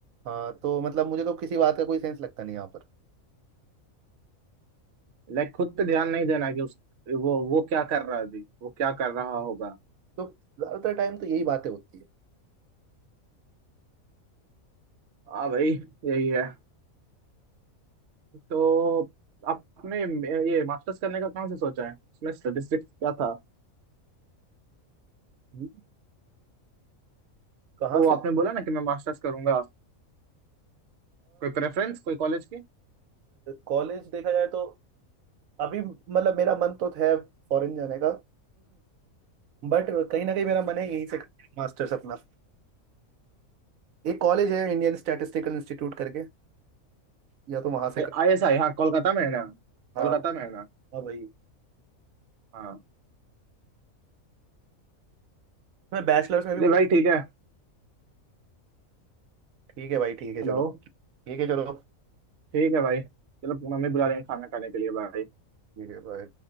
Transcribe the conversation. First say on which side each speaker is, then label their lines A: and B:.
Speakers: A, on the right; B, on the right.
A: हाँ तो मतलब मुझे तो किसी बात का कोई सेंस लगता नहीं यहाँ पर
B: लाइक खुद पे ध्यान नहीं देना कि उस वो वो क्या कर रहा है अभी वो क्या कर रहा होगा
A: तो ज्यादातर टाइम तो यही बातें होती है
B: हाँ भाई यही है तो आपने ये मास्टर्स करने का कहाँ से सोचा है इसमें स्टेटिस्टिक्स क्या था
A: हम्म, कहाँ
B: तो वो
A: से
B: आपने बोला ना कि मैं मास्टर्स करूंगा कोई प्रेफरेंस कोई कॉलेज की
A: कॉलेज देखा जाए तो अभी मतलब मेरा मन तो है फॉरेन जाने का बट कहीं ना कहीं मेरा मन है यहीं से मास्टर्स अपना एक कॉलेज है इंडियन स्टैटिस्टिकल इंस्टीट्यूट करके या तो वहां से कर
B: आई एस आई हाँ कोलकाता में है ना
A: हाँ
B: कोलकाता
A: हाँ
B: में है ना
A: भाई
B: हाँ
A: मैं बैचलर्स में भी
B: चलिए
A: मुझे
B: भाई ठीक है
A: ठीक है भाई ठीक है
B: हेलो
A: चलो ठीक है चलो
B: ठीक है भाई चलो मम्मी बुला रही है खाना खाने के लिए भाई
A: ठीक है भाई